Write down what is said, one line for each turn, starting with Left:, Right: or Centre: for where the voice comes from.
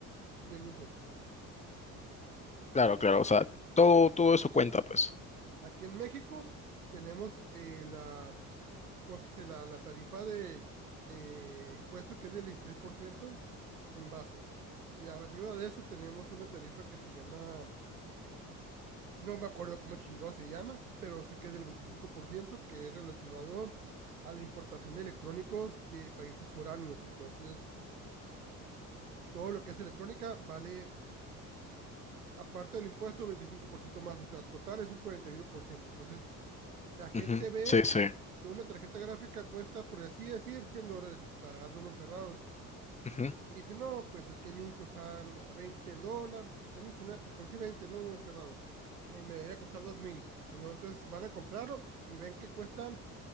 Right: de lujo.
Left: Claro, claro, o sea, todo,
Right: Aquí,
Left: todo eso cuenta, pues.
Right: aquí en México tenemos eh, la, ¿cómo se dice? La, la tarifa de eh, impuesto que es del 16% en base. Y arriba de eso tenemos una tarifa que se llama No me acuerdo cómo chingado se llama, pero sé que es del 25% que es relacionado a la importación de electrónicos de países foráneos. Entonces, todo lo que es electrónica vale, aparte del impuesto, 25% más. O sea, total es un cuarenta y uno por ciento Entonces, la gente
Left: Ujú,
Right: ve
Left: Sí, sí.
Right: que una tarjeta gráfica cuesta, por así decir, 100 dólares para dar números cerrados
Left: ujú.
Right: Y dice, no, pues aquí en México está a 20 el dólar, están 19, por decir 20 no, números cerrados. Eh, me debería costar dos mil Y luego entonces van a comprarlo y ven que cuesta